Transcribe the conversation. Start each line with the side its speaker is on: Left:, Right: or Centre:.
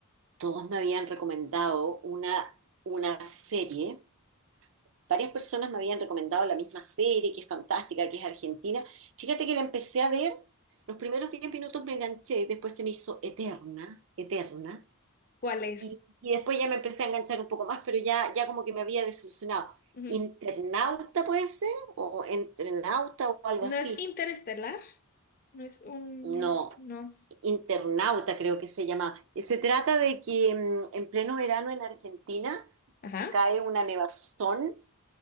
Right: todos me habían recomendado una, una serie, varias personas me habían recomendado la misma serie, que es fantástica, que es argentina. Fíjate que la empecé a ver, los primeros 10 minutos me enganché, después se me hizo eterna, eterna.
Left: ¿Cuál es?
Right: Y, y después ya me empecé a enganchar un poco más, pero ya, ya como que me había desilusionado.
Left: Ujú.
Right: ¿Internauta puede ser? ¿O entrenauta o algo
Left: No
Right: así?
Left: es interestelar, no es un,
Right: No,
Left: no, no.
Right: internauta creo que se llama. Y se trata de que mm, en pleno verano en Argentina
Left: Ajá,
Right: cae una nevazón